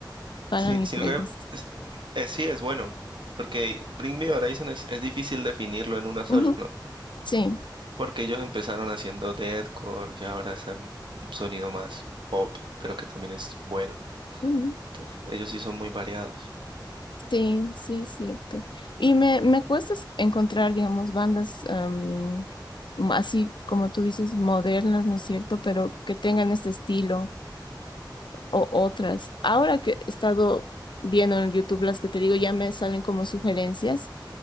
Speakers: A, on the left (about 75°); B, on the right (about 85°).
A: para
B: Sí,
A: mi
B: sino
A: playlist.
B: que es- es- sí es bueno, porque Bring Me Horizon es, es difícil definirlo en una sola,
A: Ujú,
B: ¿no?
A: Sí,
B: Porque ellos empezaron haciendo deathcore y ahora es un sonido más pop, pero que también es bueno.
A: ujú,
B: Entonces, ellos sí son muy variados.
A: sí, sí, es cierto. Y me, me cuesta es- encontrar, digamos, bandas am, m- así como tú dices, modernas, ¿no es cierto? Pero que tengan este estilo o otras. Ahora que he estado viendo en YouTube las que te digo, ya me salen como sugerencias,